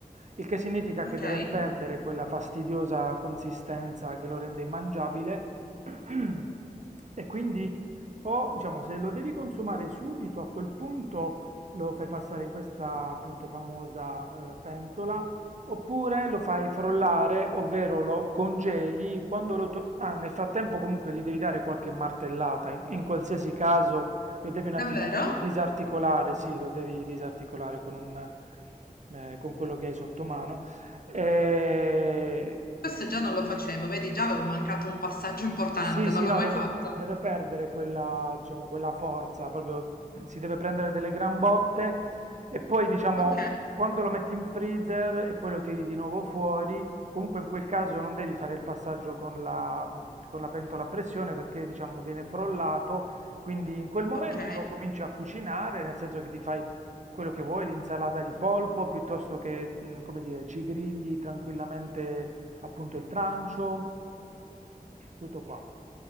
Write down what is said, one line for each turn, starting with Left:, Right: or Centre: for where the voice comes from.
Right: Il che significa
Left: Ok?
Right: che deve perdere quella fastidiosa consistenza che lo rende immangiabile <clears throat> E quindi o diciamo se lo devi consumare subito a quel punto lo fai passare in questa appunto famosa eh, pentola oppure lo fai frollare, ovvero lo congeli quando lo to- ah, nel frattempo comunque gli devi dare qualche martellata, in, in qualsiasi caso lo devi
Left: Davvero?
Right: un attimino disarticolare, sì, lo devi disarticolare con un eh, con quello che hai sotto mano. Eh,
Left: Questo già non lo facevo, vedi, già avevo mancato un passaggio importante,
Right: sì, sì,
Left: non l'ho
Right: no,
Left: mai
Right: deve,
Left: fatto.
Right: deve perdere quella, diciamo, quella forza, proprio si deve prendere delle gran botte e poi, diciamo,
Left: Ok,
Right: quando lo metti in freezer e poi lo tiri di nuovo fuori, comunque in quel caso non devi fare il passaggio con la, mh, con la pentola a pressione perché, diciamo, viene frollato, quindi in quel momento
Left: ok.
Right: lo cominci a cucinare, nel senso che ti fai quello che vuoi, l'insalata di polpo, piuttosto che, mh, come dire, ci grigli tranquillamente appunto il trancio. Tutto qua,